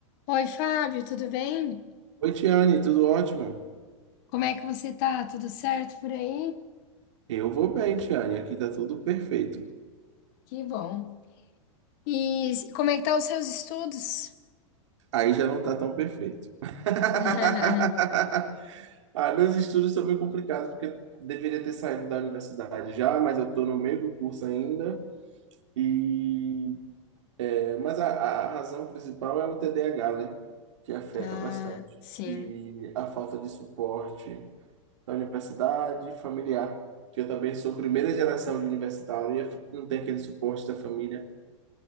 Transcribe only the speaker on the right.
Oi, Tiane, tudo ótimo?
Eu vou bem, Tiane, aqui tá tudo perfeito.
Aí já não tá tão perfeito. <laughs>
Ah, meus estudos estão meio complicados, porque eu deveria ter saído da universidade já, mas eu tô no meio do curso ainda. E... é, mas a, a razão principal é o TDAH, né? Que afeta
bastante.
E a falta de suporte da universidade familiar. Que eu também sou primeira geração de universitário e não tem aquele suporte da família.